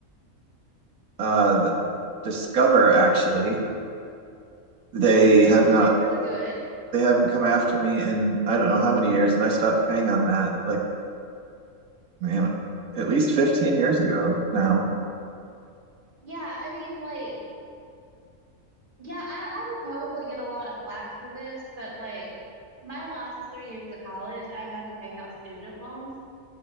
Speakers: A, on the right; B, on the right.
A: uh, that Discover actually they have
B: Yeah,
A: not
B: they're pretty good.
A: they haven't come after me in I don't know how many years, and I stopped paying on that like man at least 15 years ago now.
B: Yeah, I mean, like, yeah, I, I would probably get a lot of flack for this, but like my last three years of college, I had to take out student loans